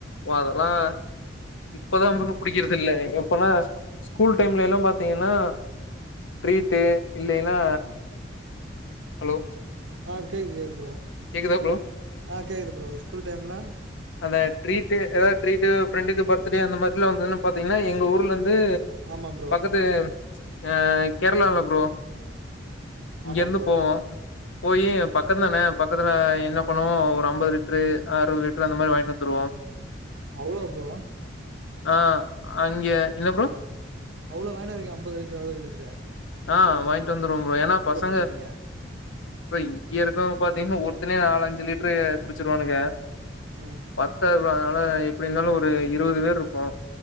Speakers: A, on the left; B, on the right.
A: அதெல்லா இப்பதா ப்ரோ புடிக்கிறதுல்ல எப்பனா ஸ்கூல் டைம்ல எல்லா பாத்தீங்கன்னா டீரிட்டு இல்லைன்னா ஹலோ
B: அ கேக்குகது கேக்குது ப்ரோ
A: கேக்குதா ப்ரோ
B: ஆ கேக்குது ப்ரோ ஸ்கூல் டைம்ல
A: அந்த ட்ரீட் ஏதாவது ட்ரீட் ஃப்ரெண்டுக்கு பர்த்டே அந்த மாதிரிலா வந்துன்னு பாத்தீங்கன்னா எங்க ஊர்ல இருந்து
B: ஆமா ப்ரோ
A: வந்து அ கேரளால ப்ரோ இங்க
B: ஆமா
A: இருந்து
B: ப்ரோ
A: போவோ போய் பக்க தான பக்கத்துல என்ன பண்ணுவோ ஒரு ஐம்பது லிட்ரு அறுபது லிட்ரு அந்த மாரி வாங்கிட்டு வந்துருவோ
B: அவ்ளோ ப்ரோ
A: ஆ அங்கே என்ன ப்ரோ
B: அவ்ளோ வாங்கினு வருவீங்க அம்பது லிட்டரு அறுவது லிட்டரே
A: ஆ வாங்கிட்டு வந்துருவோ ஏன்னா பசங்க
B: குடிப்பீங்க
A: இப்ப இங்க இருக்கிறவங்க பாத்தீங்கன்னா ஒருத்தனே நாலஞ்சு லிட்டரு குடிச்சிருவானுங்க
B: ம்
A: பத்தாது ப்ரோ அதனால எப்டி இருந்தாலு ஒரு இருபது பேர் இருப்போ